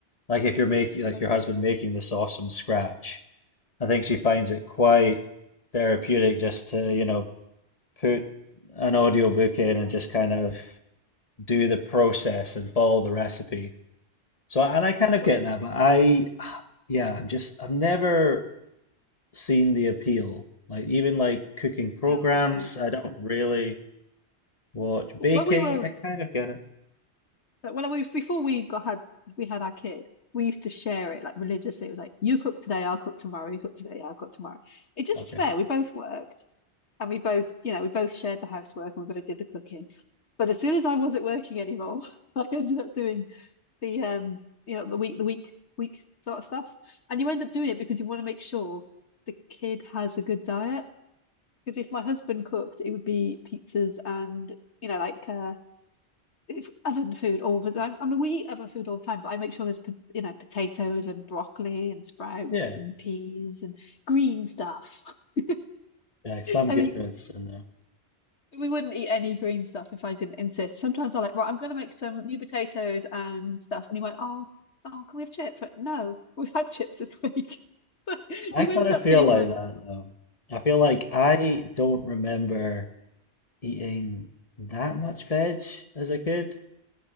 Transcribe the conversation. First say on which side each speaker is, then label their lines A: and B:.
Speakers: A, on the left (about 35°); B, on the left (about 80°).
A: Like if you're making, like
B: Oh,
A: your husband making the sauce from scratch, I think she finds it quite therapeutic just to, you know, put an audiobook in
B: Yeah.
A: and just kind of do the process and follow the recipe. So, and I kind of
B: What?
A: get that, but I, <sighs> yeah, I'm just, I've never seen the appeal. Like even like cooking programs,
B: No, I don't.
A: I don't really watch
B: When
A: baking.
B: we were,
A: I kind of get it.
B: when we before we got had we had our kid, we used to share it like religiously. It was like you cook today, I'll cook tomorrow. You cook today, I'll cook tomorrow. It just
A: Okay.
B: fair. We both worked. And we both, you know, we both shared the housework and we both did the cooking. But as soon as I wasn't working anymore, <laughs> I ended up doing the um, you know, the week the week week sort of stuff. And you end up doing it because you want to make sure the kid has a good diet. Because if my husband cooked, it would be pizzas and, you know, like uh if- oven food all the time. I mean, we eat oven food all the time, but I make sure there's, po- you know, potatoes and broccoli and sprouts
A: Yeah.
B: and peas and green stuff. <laughs>
A: Yeah, some
B: I
A: goodness
B: mean,
A: in there.
B: We wouldn't eat any green stuff if I didn't insist. Sometimes I'm like, right, I'm gonna make some new potatoes and stuff. And he went, oh, oh, can we have chips? I went, no, we had chips this week. <laughs> Like,
A: I
B: you
A: kind
B: end
A: of
B: up
A: feel
B: being
A: like
B: like,
A: that though. I feel like I don't remember eating that much veg as a kid.